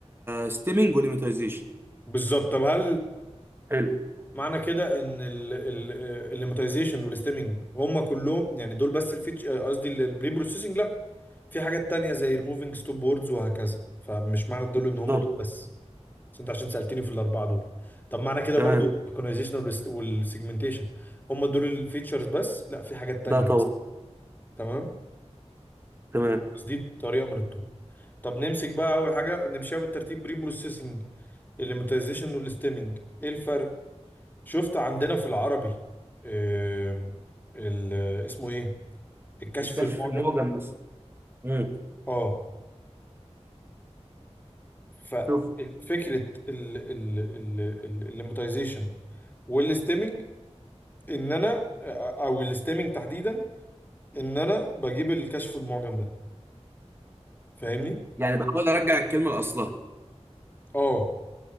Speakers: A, on the right; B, on the left.
A: ستيمنج وليميتايزيشن
B: بالظبط طب هل
A: حلو
B: معنى كده ان الليماتيزيشن والستيمنج هم كلهم يعني دول بس الفيتش آه، قصدي البري بروسيسنج لا في حاجات تانية زي ريموفينج ستوب بوردز وهكذا فمش معنى دول ان
A: بالظبط
B: هم دول بس بس انت عشان سألتني في الاربعه دول طب معنى كده
A: تمام
B: برضو الاورجنايزيشن والسيجمنتيشن هم دول الفيتشرز بس لا في حاجات تانية
A: لا طبعا
B: بس تمام
A: تمام
B: بس دي طريقه من الطرق طب نمسك بقى اول حاجه نمشيها بالترتيب بري بروسيسنج الليماتيزيشن والستيمنج ايه الفرق شفت عندنا في العربي آم، ال- اسمه ايه الكشف
A: الكشف
B: المعجم
A: المعجم مثلا امم
B: اه ففكرة
A: شوف
B: الليماتيزيشن والستيمنج ان انا او الستيمنج تحديدا ان انا بجيب الكشف المعجم ده فاهمني
A: يعني بحاول ارجع الكلمه لاصلها
B: اه